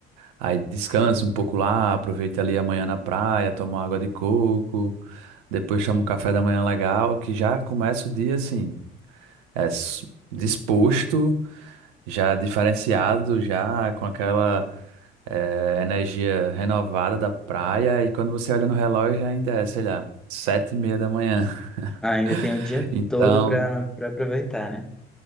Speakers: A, on the right (about 65°); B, in the centre.
A: Aí descansa um pouco lá, aproveita ali amanhã na praia, toma uma água de coco, depois chama um café da manhã legal, que já começa o dia assim, é, s- disposto, já diferenciado, já com aquela eh, energia renovada da praia, e quando você olha no relógio ainda é, sei lá, sete e meia da manhã.
B: Ah, ainda
A: <laughs>
B: tem o dia
A: Então,
B: todo pra, pra aproveitar, né?